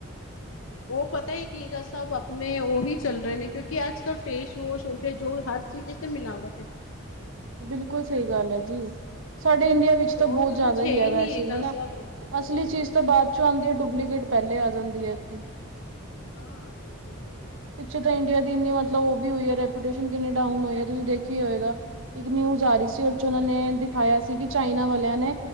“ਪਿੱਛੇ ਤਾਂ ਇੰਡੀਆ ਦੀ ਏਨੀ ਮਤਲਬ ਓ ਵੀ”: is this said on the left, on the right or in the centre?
Right